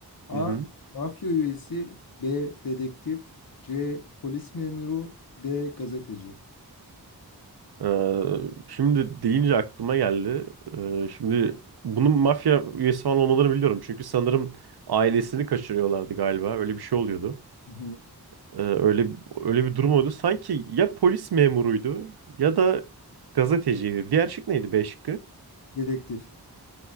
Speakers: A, on the left (about 60°); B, on the right (about 70°).
A: A.
B: Hı hı.
A: Mafya üyesi B. Dedektif C. Polis memuru D. Gazeteci
B: Ee, şimdi deyince aklıma geldi. Ee, şimdi bunun mafya üyesi falan olmalarını biliyorum. Çünkü sanırım ailesini kaçırıyorlardı galiba. Öyle bir şey oluyordu.
A: Hı hı.
B: Ee, öyle öyle bir durum oldu. Sanki ya polis memuruydu ya da gazeteciydi. Diğer şık neydi? B şıkkı.
A: Dedektif.